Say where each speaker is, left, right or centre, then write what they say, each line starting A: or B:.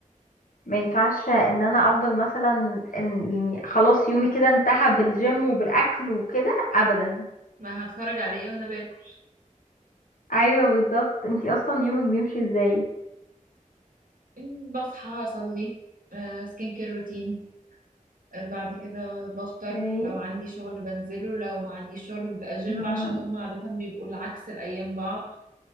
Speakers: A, on the left; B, on the right.
A: ما ينفعش ان انا افضل مثلا ان يعني خلاص يومي كده انتهى بالجيم وبالاكل وكده ابدا
B: ما هتفرج على ايه وانا باكل
A: ايوه بالظبط انتي اصلا يومك بيمشي ازاي
B: أمم، بصحى اصلي آه، سكين كير روتين آه، بعد كده بفطر
A: اوكي.
B: لو عندي شغل بنزله لو ما عنديش شغل بيبقى جيم
A: مم.
B: عشان هم عادة بيبقوا العكس الأيام بعض